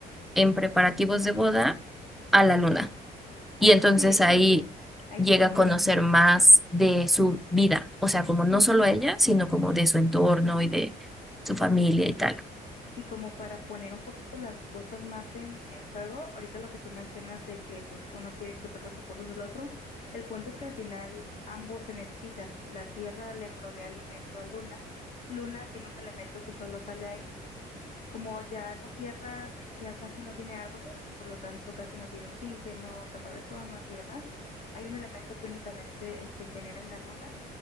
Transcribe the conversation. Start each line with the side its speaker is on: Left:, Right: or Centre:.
Centre: en preparativos de boda a la Luna. Y entonces
Left: sí,
Centre: ahí
Left: ahí
Centre: llega
Left: se conocen,
Centre: a conocer más de
Left: sí.
Centre: su vida, o sea, como no solo a ella, sino como de su entorno y de su familia y tal.
Left: Y como para poner un poquito las cosas más en, en juego, ahorita lo que tú mencionas de que pues uno quiere explotar los recursos del otro, el punto es que al final ambos se necesitan. La Tierra le provee alimento a Luna. Luna tiene un elemento que solo sale ahí. Como ya la Tierra ya casi no tiene árboles, por lo tanto casi no tiene oxígeno, capa de ozono y demás, hay un elemento que únicamente eh, se genera en la Luna